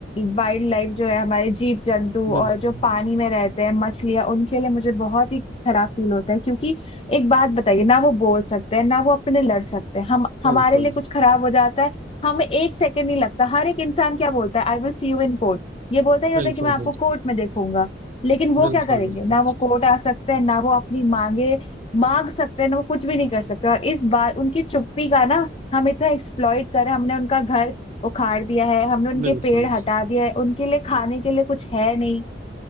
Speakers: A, on the left; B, on the right.
A: वाइल्ड लाइफ जो है हमारे जीव जंतु और
B: बिल्कुल
A: जो पानी में रहते हैं मछलियां उनके लिए मुझे बहुत ही खराब फील होता है क्योंकि एक बात बताइए ना वो बोल सकते हैं ना वो अपने लिए लड़ सकते हैं हम हमारे
B: बिल्कुल
A: लिए कुछ खराब हो जाता है हमें एक सेकंड नहीं लगता हर एक इंसान क्या बोलता है I will see you in court ये बोलता ही होता
B: बिल्कुल
A: है कि मैं आपको कोर्ट में देखूंगा लेकिन वो
B: बिल्कुल
A: क्या करेंगे
B: बिल्कुल
A: ना
B: बिल्कुल
A: वो कोर्ट आ सकते हैं ना वो अपनी मांगे मांग सकते हैं ना वो कुछ भी नहीं कर सकते और इस बार उनकी चुप्पी का ना हम इतना एक्सप्लॉइट कर रहे हैं, हमने उनका घर उखाड़ दिया है हमने उनके
B: बिल्कुल
A: पेड़ हटा दिया है उनके लिए खाने के लिए कुछ है नहीं